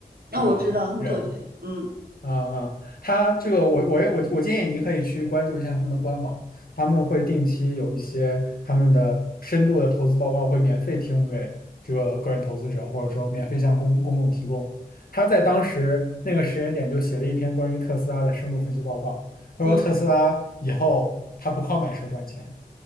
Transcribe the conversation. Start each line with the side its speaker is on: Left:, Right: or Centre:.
Right: 那我知道木头姐，
Left: 这个人，
Right: 嗯
Left: 啊啊，他这个我我也我我建议你可以去关注一下他们的官网，他们会定期有一些他们的深度的投资报告会免费提供给这个个人投资者，或者说免费向公公共提供。他在当时那个时间点就写了一篇关于特斯拉的深度分析报告，他说特斯拉以后他不靠买车赚钱
Right: 嗯